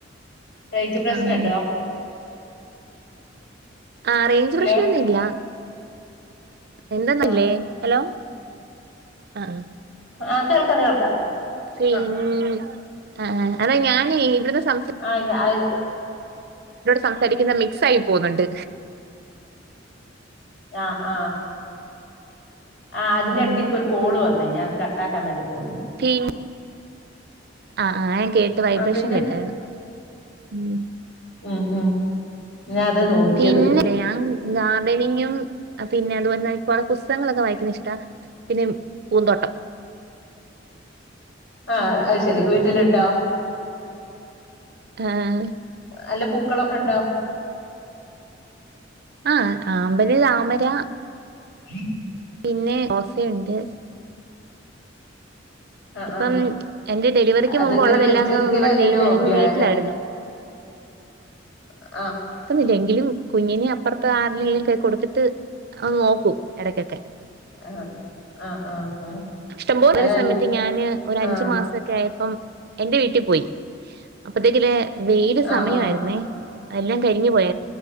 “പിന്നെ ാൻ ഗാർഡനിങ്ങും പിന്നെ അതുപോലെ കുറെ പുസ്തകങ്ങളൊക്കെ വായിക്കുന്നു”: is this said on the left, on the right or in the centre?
Right